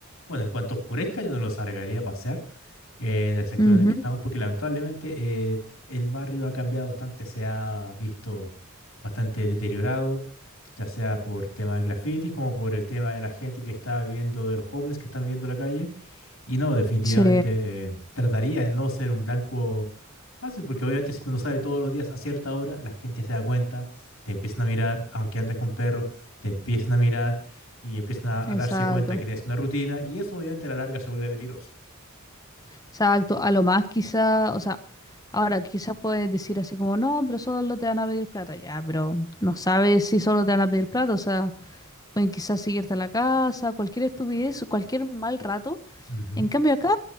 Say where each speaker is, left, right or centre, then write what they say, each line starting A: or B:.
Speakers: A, on the left; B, on the left.
A: Bueno, en cuanto oscurezca, yo no lo sacaría a pasear eh, en el sector
B: Ujú.
A: en el que estamos, porque lamentablemente eh, el barrio ha cambiado bastante, se ha visto bastante deteriorado, ya sea por temas de grafitis como por el tema de la gente que está viviendo, de los homeless que están viviendo en la calle. Y no, definitivamente
B: Sí,
A: eh, trataría de no ser un blanco fácil, porque obviamente si uno sale todos los días a cierta hora, la gente se da cuenta, te empiezan a mirar, aunque andes con perro, te empiezan a mirar y empiezan a,
B: exacto.
A: a darse cuenta que tienes una rutina, y eso obviamente a la larga se vuelve peligroso.
B: Exacto. A lo más quizá, o sea, ahora quizás puedes decir así como, no, pero solo te van a pedir plata, ya, pero no sabes si solo te van a pedir plata, o sea, pueden quizás seguirte a la casa, cualquier estupidez, cualquier mal rato.
A: Ujú.
B: En cambio acá,